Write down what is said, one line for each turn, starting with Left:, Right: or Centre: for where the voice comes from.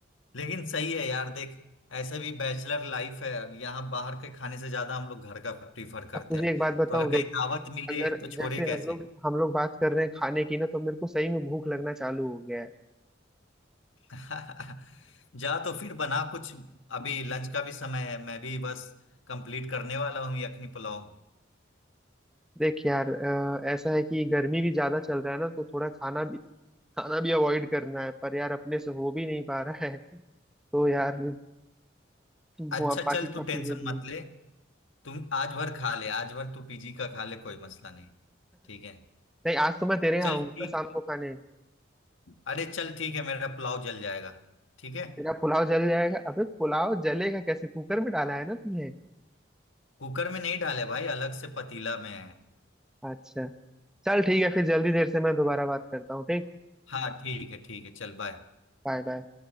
Left: लेकिन सही है यार देख ऐसे भी बैचलर लाइफ है अब यहाँ बाहर के खाने से ज्यादा हम लोग घर का प्रीफर करते
Centre: अब तुझे
Left: हैं
Centre: एक बात बताऊं
Left: तो अगर कहीं
Centre: देख
Left: दावत मिले
Centre: अगर
Left: तो छोड़े
Centre: जैसे
Left: कैसे
Centre: हम लोग हम लोग बात कर रहे हैं खाने की ना तो मेरे को सही में भूख लगना चालू हो गया है
Left: <laughs> जा तो फिर बना कुछ अभी लंच का भी समय है मैं भी बस कंप्लीट करने वाला हूँ यखनी पुलाव
Centre: देख यार अ, ऐसा है कि गर्मी भी ज्यादा चल रहा है ना तो थोड़ा खाना भी खाना भी अवॉइड करना है पर यार अपने से हो भी नहीं पा रहा है तो यार
Left: अच्छा
Centre: वो अब बाकी
Left: चल
Centre: सब
Left: तू टेंशन
Centre: चीजें भी
Left: मत
Centre: हैं।
Left: ले तुम आज भर खा ले आज भर तू पीजी का खा ले कोई मसला नहीं ठीक है
Centre: नहीं आज तो मैं तेरे यहाँ
Left: चल
Centre: आऊंगा
Left: ठीक
Centre: ना शाम को खाने
Left: अरे चल ठीक है मेरा पुलाव जल जाएगा ठीक है
Centre: तेरा पुलाव जल जाएगा अबे पुलाव जलेगा कैसे कुकर में डाला है ना तुमने
Left: कुकर में नहीं डाले भाई अलग से पतीला में है
Centre: अच्छा चल ठीक है फिर जल्दी देर से मैं दोबारा बात करता हूँ ठीक
Left: हाँ ठीक है ठीक है चल बाय
Centre: Bye bye